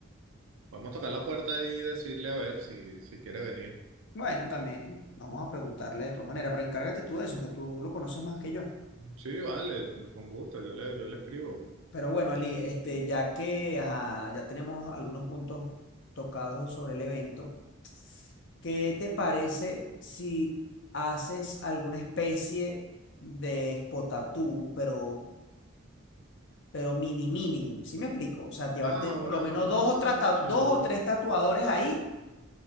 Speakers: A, on the right (about 70°); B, on the left (about 55°).
A: Podemos tocar la puerta y decirle a ver si, si quiere venir.
B: Bueno, también vamos a preguntarle de todas maneras, pero encárgate tú de eso, que tú lo conoces más que yo.
A: Sí, vale, con gusto, yo le, yo le escribo.
B: Pero bueno, Ali, este, ya que ajá, ya tenemos algunos puntos tocados sobre el evento, ¿qué te parece si haces alguna especie de expo tatú, pero, pero mini mini? ¿Sí me explico? O sea, llevarte
A: Ah,
B: por
A: una,
B: lo menos dos o, trata-
A: ah, chévere.
B: dos o tres tatuadores ahí